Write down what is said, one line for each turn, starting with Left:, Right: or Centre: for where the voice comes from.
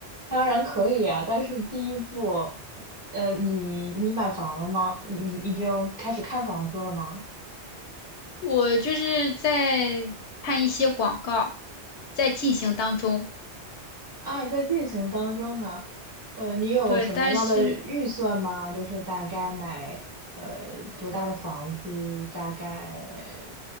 Right: 当然可以啊，但是第一步，呃，你你买房了吗？你你已经开始看房子了吗？
Left: 我就是在看一些广告，在进行当中。
Right: 啊，在进行当中啊，呃，你有什么样的预算吗？
Left: 对，但是
Right: 就是大概买呃多大的房子，大概